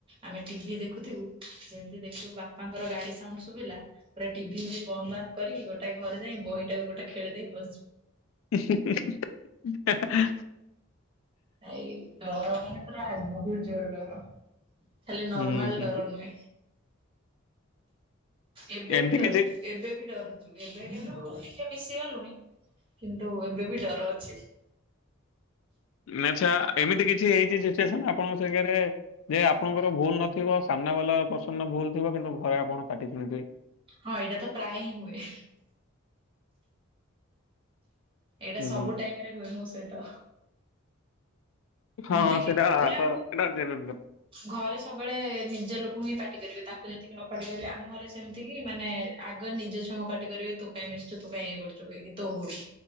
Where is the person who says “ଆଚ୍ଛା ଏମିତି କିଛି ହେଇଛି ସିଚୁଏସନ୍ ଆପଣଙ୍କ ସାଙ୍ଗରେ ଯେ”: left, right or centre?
Left